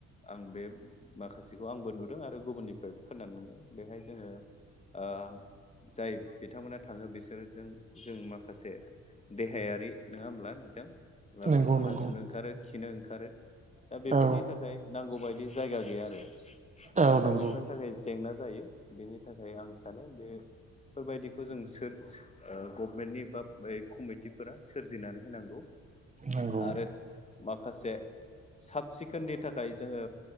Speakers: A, on the left; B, on the right.
A: आं बे माखासेखौ आंबो नुदों आरो गुबुननिफ्रायबो खोनानो मोनदों बेहाय जोङो ओ जाय बिथांमोना थाङो बिसोरजों जों माखासे देहायारि नङा ओमब्ला नोंथां बा
B: नंगौ नंगौ
A: हासुनो ओंखारो खिनो ओंखारो दा बेफोरनि
B: औ
A: थाखाय नांगौबायदि जायगा गैया आरो
B: औ
A: दा
B: नंगौ
A: बेफोरनि थाखाय जेंना जायो बेनि थाखाय आं सानो बे फोरबायदिखौ जों सोर सो ओ गभनमेन्टनि बा कमिटिफोरा सोरजिनानै होनांगौ।
B: नंगौ
A: आरो माखासे साब सिखोननि थाखाय जोङो